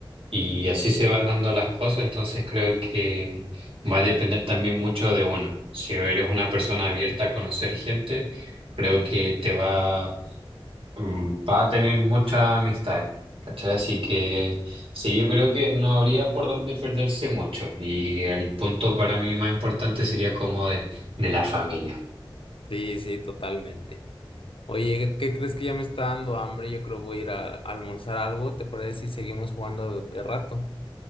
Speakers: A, on the right; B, on the left.
A: y así se van dando las cosas, entonces creo que va a depender también mucho de uno. Si eres una persona abierta a conocer gente, creo que te va mm, va a tener muchas amistades, ¿cachai? Así que sí, yo creo que no habría por dónde perderse mucho. Y el punto para mí más importante sería como de, de la familia.
B: Sí, sí, totalmente. Oye, ¿qué crees que ya me está dando hambre? Yo creo voy a ir a, a almorzar algo. ¿Te parece si seguimos jugando de rato?